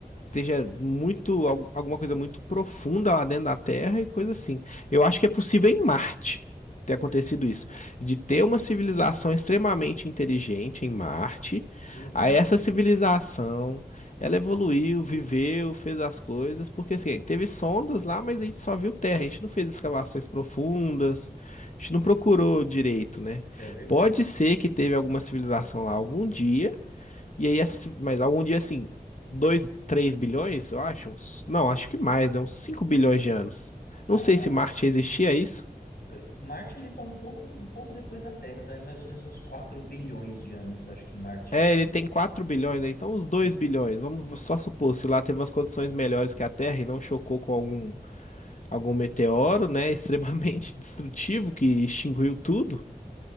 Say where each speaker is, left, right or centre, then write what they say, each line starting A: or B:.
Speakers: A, on the left; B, on the left.
A: esteja muito, al- alguma coisa muito profunda lá dentro da Terra e coisa assim. Eu acho que é possível em Marte ter acontecido isso, de ter uma civilização extremamente inteligente em Marte,
B: Uhum,
A: aí essa civilização, ela evoluiu, viveu, fez as coisas, porque assim, teve sondas lá, mas a gente só viu terra, a gente não fez escavações profundas, a gente não procurou direito, né?
B: é verdade.
A: Pode ser que teve alguma civilização lá algum dia, e aí, essas, mas algum dia assim, 2 3 bilhões, eu acho? uns- não, acho que mais, né? Uns 5 bilhões de anos.
B: Ah,
A: Não sei se Marte existia
B: o-
A: é isso.
B: Marte, ele tá um pouco, um pouco depois da Terra, tá? Em mais ou menos uns 4 bilhões de anos, acho que Marte já
A: É,
B: tá.
A: ele
B: aí.
A: tem 4 bilhões, né? Então uns dois
B: Uhum,
A: bilhões. Vamos só supor, se lá teve umas condições melhores que a Terra e não chocou com algum, algum meteoro, né? Extremamente
B: uhum,
A: <laughs> destrutivo que extinguiu tudo.